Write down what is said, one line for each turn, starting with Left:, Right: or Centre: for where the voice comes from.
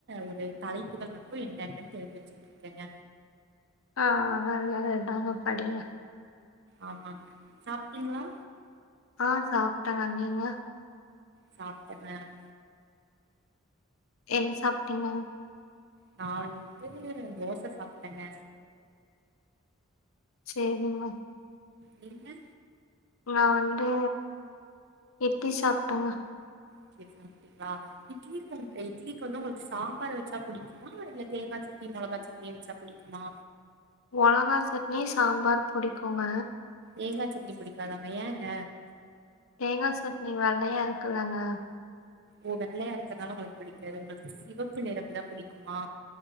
Right: ஒரு தலைப்புகள் மட்டு என்னென்னனு தெரிஞ்சு வச்சுட்ருக்கேங்க
Left: ஆஹ் அது அதாங்க படிங்க
Right: ஆமாங்க சாப்டீங்ளா
Left: ஆஹ் சாப்ட்டேங்க நீங்க
Right: சாப்ட்டே மேம்
Left: என்ன சாப்ட்டீங்க
Right: நா வந்துட்டு தோச சாப்ட்டேங்க
Left: சேரிங்க
Right: நீங்க
Left: நா வந்து எப்பி சாப்ட்டேங்க
Right: இட்லி சாப்டீங்ளா இட்லி கொணக் இட்லிகு வந்து ஒங்ளுக் சாம்பார் வச்சா புடிக்குமா இல்ல தேங்கா சட்னி மொளகா சட்னி வச்சா புடிக்குமா
Left: மொளகா சட்னி சாம்பார் புடிக்குங்க
Right: ஏங்கா சட்னி புடிக்காதாங்க ஏங்க
Left: தேங்கா சட்னி வெள்ளையா இருக்குலங்க
Right: ஓ வெள்ளையா இருக்கனால ஒங்ளுக்கு புடிக்காது ஒங்ளுக்கு சிவப்பு நிறம் தா புடிக்குமா